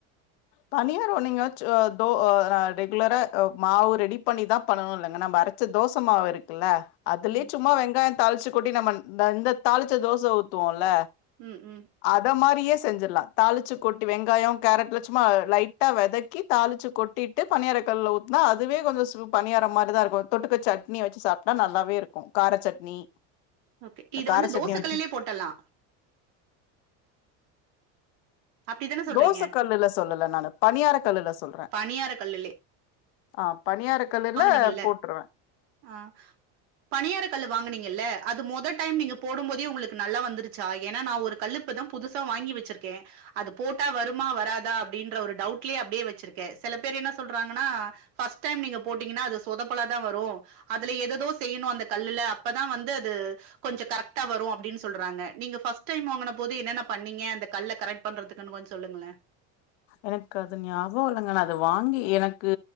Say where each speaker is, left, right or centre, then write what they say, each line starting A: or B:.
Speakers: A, on the left; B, on the right.
A: பணியாரோ நீங்க சொ தோ ஆ ரெகுலரா அ மாவு ரெடி பண்ணிதா பண்ணனு இல்லங்க நம்ப அரச் ச தோச மாவு இருக்குல்ல அதுலயே
B: ம்
A: சும்மா வெங்காய தாளிச்சி கொட்டி நம்ம இந்த தாளிச்ச தோச ஊத்துவோல்ல
B: ம் ம்
A: அத மாரியே செஞ்சுட்லா தாளிச்சு கொட்டி வெங்காயோ கேரட்ல சு ம்மா லைட்டா வதக்கி தாளிச்சி கொட்டிட்டு பனியார கல்ல ஊத்தானா அதுவே கொஞ்சோ சு பனியார மாதிரி தா இருக்கு தொட்டுக்க சட்னி வச்சி சாப்ட்டா நல்லாவே இருக்கு கார சட்னி
B: ஓகே
A: இந்த
B: இது
A: கார
B: வந்து
A: சட்னி
B: தோசக்
A: வச்சு
B: கல்லுலேயே போட்டற்லா அப்படிதானே சொல்றீங்க
A: தோசக் கல்லுல சொல்லல நானு பனியார கல்லுல சொல்றே
B: பணியார கல்லுலே
A: ஆ பனியார கல்லுல
B: வாங்குனீங்கல்ல
A: போட்ருவே
B: ஆ பனியார கல்லு வாங்கனீங்கல்ல அது மொத டைம் நீங்க போடும் போதே உங்களுக்கு நல்லா வந்துரு சா ஏன்னா நா ஒரு கல்லு இப்ப தா புதுசா வாங்கி வச்சிருக்கே அது போட்டா வருமா வராதா அப்டின்ற ஒரு டவுட்லயே அப்டியே வெச்சிருக்கே செல பேர் என்ன சொல்றாங்கன்னா ஃபர்ஸ்ட் டைம் நீங்க போட்டீங்கன்னா அது சோதப்பல தா வரு அதுல ஏதோ ஏதோ செய்யணு அந்த கல்லுல அப்பதா வந்து அது கொஞ்சோ கரெக்டா வரு அப்டின்னு சொல்றாங்க நீங்க ஃபஸ்ட் டைம் வாங்கன போது என்னென்ன பண்ணீங்க அந்த கல்ல கரெக் பண்றதுக்குனு கொஞ்சோ சொல்லுங்களே
A: எனக்கு அது ஞாபகோ இல்லங்க நா அத வாங்கி எனக்கு